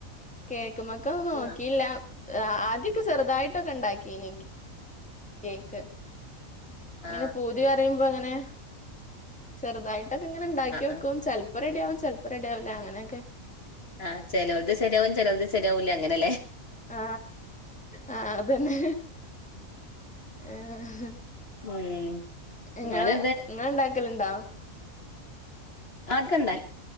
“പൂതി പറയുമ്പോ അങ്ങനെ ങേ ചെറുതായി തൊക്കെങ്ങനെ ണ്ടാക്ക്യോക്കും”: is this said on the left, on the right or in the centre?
Centre